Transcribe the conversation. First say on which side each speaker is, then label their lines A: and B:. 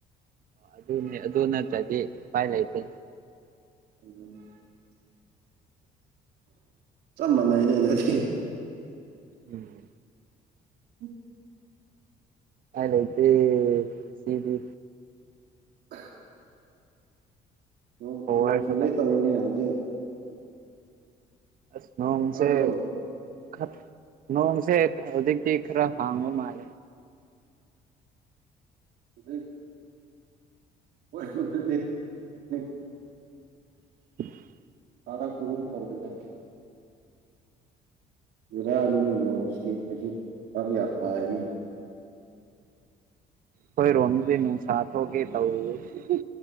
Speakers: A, on the right; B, on the right.
A: ꯑꯗꯨꯅꯤ ꯑꯗꯨ ꯅꯠꯇ꯭ꯔꯗꯤ ꯎꯄꯥꯏ ꯂꯩꯇꯦ
B: ꯎꯝ <unintelligible> ꯆꯞ ꯃꯥꯟꯅꯩꯅꯦ ꯑꯗꯨꯗꯤ
A: ꯎꯝ
B: <inaudible>
A: ꯄꯥꯏ ꯂꯩꯇꯦ ꯁꯤꯗꯤ
B: <unintelligible> ꯅꯣꯡ
A: ꯄꯋꯥꯔꯁꯨ
B: ꯅꯣꯡ ꯆꯨꯒꯦ
A: ꯂꯩꯇꯦ
B: ꯇꯧꯌꯦꯅꯦ ꯍꯧꯖꯤꯛ
A: ꯑꯁ ꯅꯣꯡꯁꯦ
B: ꯇꯥꯕ꯭ꯔꯣ
A: ꯈꯞ ꯅꯣꯡꯁꯦ ꯍꯧꯖꯤꯛꯇꯤ ꯈꯔ ꯍꯥꯡꯕ ꯃꯥꯜꯂꯦ
B: ꯍꯨꯖꯤꯛ ꯍꯣꯏ ꯍꯣꯏ <unintelligible> ꯍꯧꯖꯤꯛ
A: <inaudible>
B: ꯇꯥꯔꯛꯄꯒꯨꯝ ꯇꯧꯕꯤꯒꯦ ꯕꯦꯔꯥꯅꯤꯅꯦ ꯅꯣꯡꯁꯤꯗꯤ ꯍꯧꯖꯤꯛ <unintelligible>
A: ꯈꯣꯏꯔꯣꯝꯗꯗꯤ ꯅꯨꯡꯁꯥ ꯊꯣꯛꯀꯦ ꯇꯧꯔꯤꯌꯦ <unintelligible>